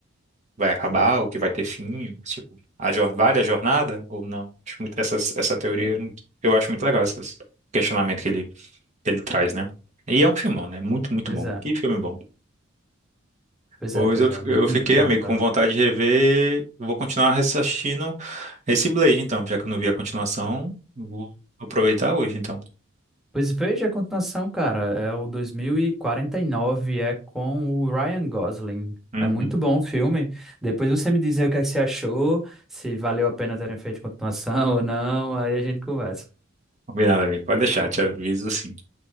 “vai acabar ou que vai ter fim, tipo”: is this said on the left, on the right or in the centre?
Right